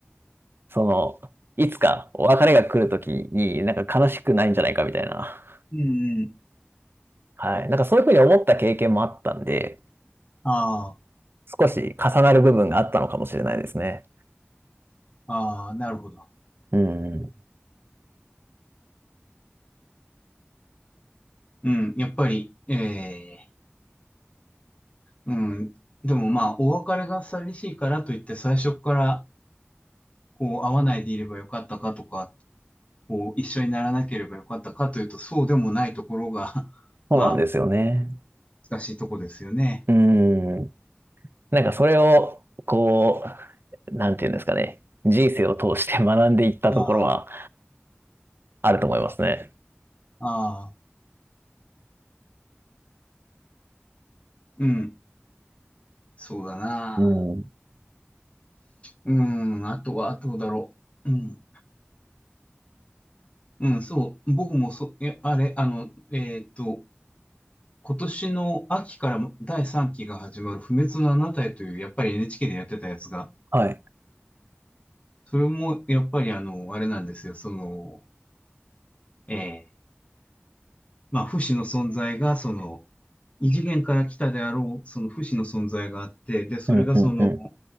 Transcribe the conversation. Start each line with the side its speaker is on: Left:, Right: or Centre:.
Right: その、いつかお別れが来るときになんか悲しくないんじゃないかみたいな。
Left: うんうん。
Right: はい。なんかそういうふうに思った経験もあったんで、
Left: あ
Right: 少し重なる部分があったのかもしれないですね。
Left: あ、ああ、なるほど。
Right: うん。
Left: うん、やっぱり、ええ、うん。でもまあ、お別れが寂しいからといって、最初から、こう、会わないでいればよかったかとか、こう、一緒にならなければよかったかというと、そうでもないところが <laughs>
Right: そうなんですよね。
Left: まあ、難しいとこですよね。
Right: うん。なんかそれを、こう、なんていうんですかね。人生を通して学んでいったところは
Left: あ
Right: あると思いますね。
Left: あ、ああ、うん、そうだな。
Right: うん。
Left: うん、あとは、あとだろう。うん。うん、そう。僕もそ、え、あれ、あの、えーっと、今年の秋から第3期が始まる不滅のあなたへという、やっぱり NHK でやってたやつが、
Right: はい。
Left: それも、やっぱりあの、あれなんですよ。その、ええまあ、不死の存在が、その、異次元から来たであろう、その不死の存在があって、で、それがその、
Right: うん、うん、うん。